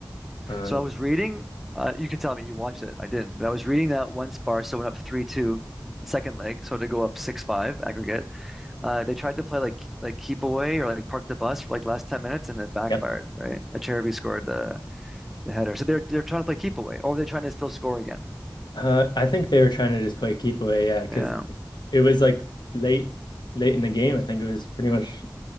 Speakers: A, on the left; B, in the centre.
A: Um,
B: So I was reading, uh, you can tell me you watched it. I didn't, but I was reading that once Barca went up 3-2 the second leg, so to go up 6-5 aggregate. Uh, they tried to play like like keep away or like park the bus for like last 10 minutes and it backfired,
A: Yep.
B: right? Acerbi scored the the header. So they're they're trying to play keep away or they're trying to still score again.
A: Uh, I think they were trying to just play keep away, yeah, because
B: Yeah,
A: it was like late, late in the game. I think it was pretty much